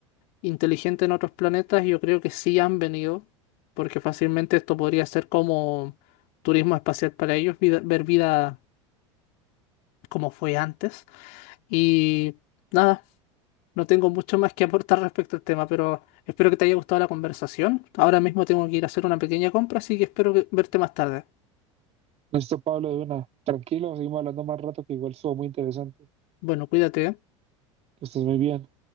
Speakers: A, on the left; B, on the right.
A: inteligente en otros planetas, yo creo que sí han venido, porque fácilmente esto podría ser como turismo espacial para ellos, vida- ver vida como fue antes. Y nada, no tengo mucho más que aportar respecto al tema, pero espero que te haya gustado la conversación. Ahora mismo tengo que ir a hacer una pequeña compra, así que espero que- verte más tarde.
B: <laughs> Listo, Pablo, de una. Tranquilo, seguimos hablando más rato, que igual estuvo muy interesante.
A: Bueno, cuídate. ¿eh?
B: Que estés muy bien.